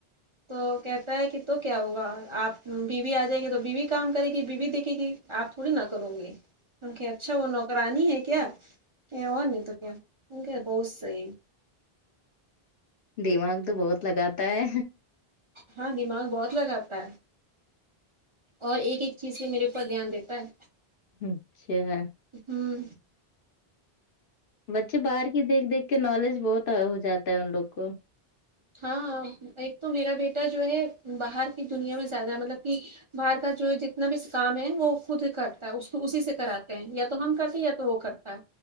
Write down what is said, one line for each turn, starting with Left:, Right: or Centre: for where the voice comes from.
Right: تو کہتا ہے کہ تو کیا ہوا آپ بیوی آ جائے گی تو بیوی کام کرے گی بیوی دیکھے گی آپ تھوڑی نہ کرو گے ان کے اچھا وہ نوک کرانی ہے کیا کہ اور نہیں تو کیا ان کہ بہت صحیح
Left: دماغ تو بہت لگاتا ہے
Right: ہاں دماغ بہت لگاتا ہے اور ایک ایک چیز پہ میرے اوپر دھیان دیتا ہے
Left: اچھا
Right: ہوں
Left: بچے باہر کی دیکھ دیکھ کے نالج بہت ہو جاتا ہے ان لوگ کو
Right: ہاں ہاں ایک تو میرا بیٹا جو ہے باہر کی دنیا میں زیادہ مطلب کہ باہر کا جو جتنا بھی کام ہے وہ خود ہی کرتا ہے اسی سے کراتے ہیں یا تو ہم کرتے ہیں یا تو وہ کرتے تا